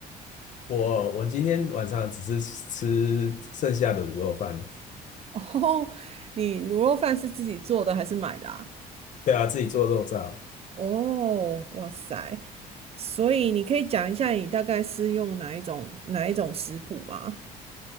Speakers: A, on the left; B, on the right.
A: 我我今天晚上只是吃剩下的卤肉饭，
B: <laughs> 哦，你卤肉饭是自己做的还是买的啊？
A: 对啊，自己做肉燥，
B: 哦，哇塞，所以你可以讲一下你大概是用哪一种哪一种食谱吗？